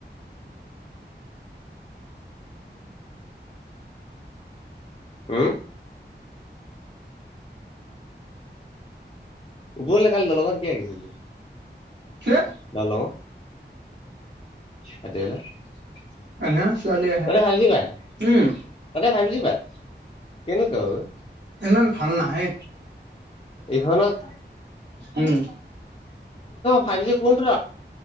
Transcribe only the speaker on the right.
কেহ?
এনে
ছোৱালী আহে
উম
ইমান ভাল নাহে।
উম,